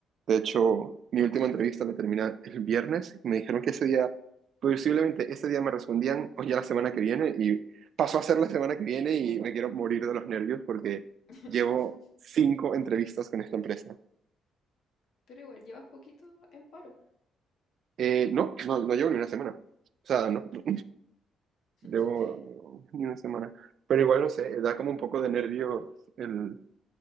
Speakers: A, on the right (about 65°); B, on the left (about 70°).
A: De hecho, mi última entrevista la terminé el viernes y me dijeron que ese día, posiblemente ese día me respondían o ya la semana que viene y pasó a ser la semana que viene y me quiero morir de los nervios porque
B: <laughs>
A: llevo cinco entrevistas con esta empresa.
B: Pero igual, llevas poquito en paro.
A: Eh, no, no, no llevo ni una semana. O sea, no, <laughs> no, llevo
B: <laughs>
A: ni una semana. Pero igual, no sé, da como un poco de nervios el